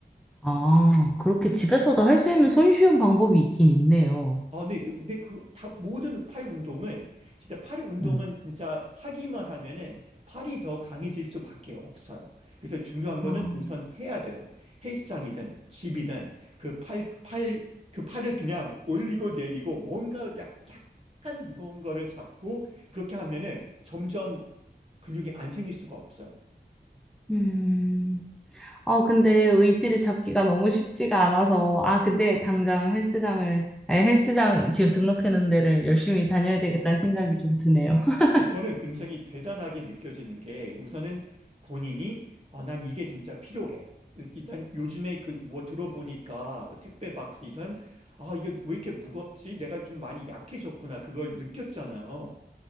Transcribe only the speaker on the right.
아, 네, 근데 근데 그, 다, 모든 팔 운동은, 진짜 팔 운동은
진짜 하기만 하면은 팔이 더 강해질 수밖에 없어요. 그래서 중요한
거는 우선 해야 돼요. 헬스장이든 집이든 그 팔, 팔, 그 팔을 그냥 올리고 내리고 뭔가 약, 약간 무거운 거를 잡고 그렇게 하면은 점점 근육이 안 생길 수가 없어요.
근데 저는 굉장히 대단하게 느껴지는 게 우선은 본인이 아, 난 이게 진짜 필요해. 일단 요즘에 그 뭐 들어보니까 뭐 택배 박스이던 아, 이게 왜 이렇게 무겁지? 내가 좀 많이 약해졌구나. 그걸 느꼈잖아요.